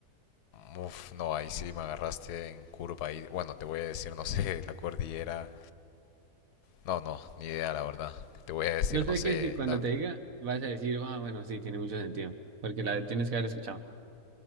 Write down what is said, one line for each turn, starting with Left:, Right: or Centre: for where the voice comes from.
Left: mm, Uf, no, ahí sí me agarraste en curva ahí. Bueno, te voy a decir, no sé, <laughs> la cordillera. No, no, ni idea, la verdad. Te voy a decir,
Right: Yo sé
Left: no sé,
Right: que si cuando
Left: la...
Right: te diga vas a decir, ah, bueno, sí, tiene mucho sentido, porque la tienes que haber escuchado.